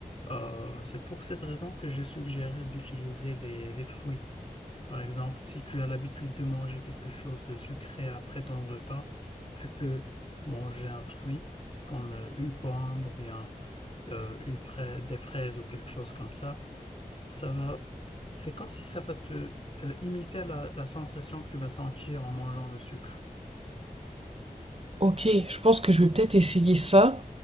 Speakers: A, on the left; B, on the right.
A: Euh, c'est pour cette raison que j'ai suggéré d'utiliser les, les fruits. Par exemple, si tu as l'habitude de manger quelque chose de sucré après ton repas, tu peux manger un fruit comme euh, une pomme ou bien euh, une fra- des fraises ou quelque chose comme ça, ça va, c'est comme si ça va te euh, imiter la, la sensation que tu vas sentir en mangeant le sucre.
B: OK, je pense que je vais peut-être essayer ça,